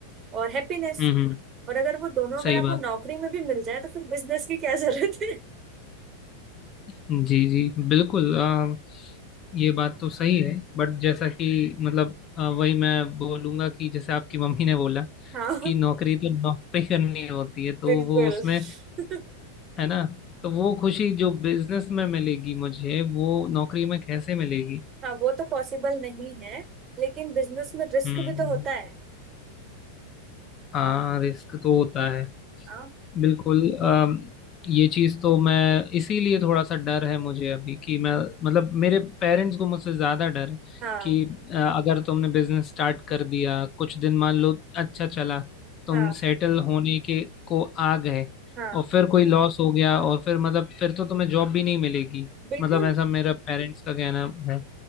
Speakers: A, on the right (about 30°); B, on the left (about 30°).
A: और हैप्पीनेस
B: हम्म हम्म,
A: और अगर वो दोनों अगर
B: सही
A: आपको
B: बात
A: नौकरी में भी मिल जाए तो फिर बिजनेस की क्या जरूरत है
B: जी जी बिल्कुल अ, ये बात तो सही है बट जैसा कि मतलब अ, वही मैं बोलूंगा कि जैसे आपकी मम्मी ने बोला
A: <laughs> हाँ
B: कि नौकरी तो नौकरी करनी होती है तो
A: बिल्कुल
B: वो उसमें
A: <laughs>
B: है ना तो वो खुशी जो बिजनेस में मिलेगी मुझे वो नौकरी में कैसे मिलेगी
A: हाँ वो तो पॉसिबल नहीं है लेकिन बिजनेस में रिस्क
B: हम्म
A: भी तो होता है
B: हाँ रिस्क तो होता है
A: हाँ
B: बिल्कुल अम, ये चीज तो मैं इसीलिए थोड़ा सा डर है मुझे अभी कि मैं मतलब मेरे पेरेंट्स को मुझसे ज्यादा डर है
A: हाँ
B: कि अ, अगर तुमने बिजनेस स्टार्ट कर दिया कुछ दिन मान लो अच्छा चला तुम
A: हाँ
B: सेटल होने के को आ गए
A: हाँ
B: और फिर कोई लॉस हो गया और फिर मतलब फिर तो तुम्हें जॉब भी नहीं मिलेगी
A: बिल्कुल
B: मतलब ऐसा मेरा पेरेंट्स का कहना है